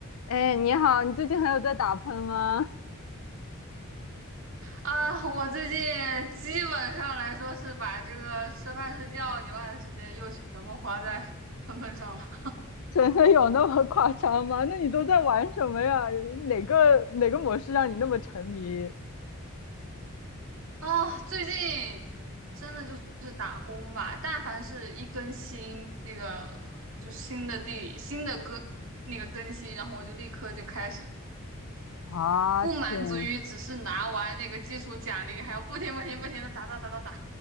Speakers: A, on the left; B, on the right.
A: 哎，你好，你最近还有在打喷吗？
B: 啊，我最近基本上来说是把这个吃饭睡觉以外的时间又全部花在喷喷上了。
A: <laughs> 真的有那么夸张吗？那你都在玩什么呀？哪个哪个模式让你那么沉迷？
B: 啊，最近真的就是打工吧，但凡是一更新那个就新的地新的更那个更新，然后我就立刻就开始，
A: 啊，
B: 不满足于只是拿完那个基础奖励，
A: 天！
B: 还要不停不停不停的打打打打打。